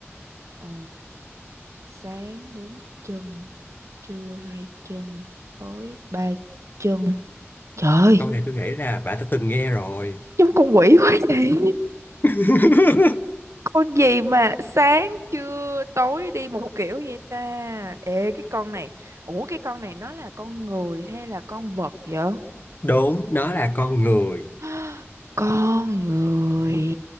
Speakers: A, on the right; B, on the left.
A: Ờ, sáng bốn chân trưa hai chân tối ba chân trời
B: Câu này tôi nghĩ là bà đã từng nghe rồi.
A: giống con quỷ quá vậy
B: <laughs>
A: Con gì mà sáng trưa tối đi một kiểu vậy ta? Ê cái con này, ủa cái con này nó là con người hay là con vật vậy?
B: Đúng, nó là con người.
A: <gasps> Con người.